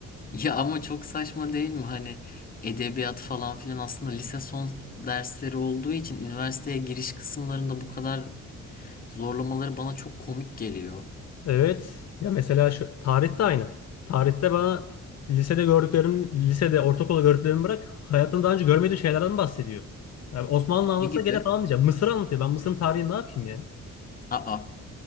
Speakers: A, on the left; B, on the left.
A: Ya ama çok saçma değil mi? Hani edebiyat falan filan aslında lise son dersleri olduğu için üniversiteye giriş kısımlarında bu kadar zorlamaları bana çok komik geliyor.
B: Evet. Ya mesela şu, tarihte aynı. Tarihte bana lisede gördüklerim, lisede ortaokulda gördüklerimi bırak, hayatımda daha önce görmediğim şeylerden bahsediyor. Yani Osmanlı anlatsa
A: Ne gibi?
B: gene tamam diyeceğim. Mısır anlatıyor. Ben Mısır'ın tarihini ne yapayım ya?
A: Aa,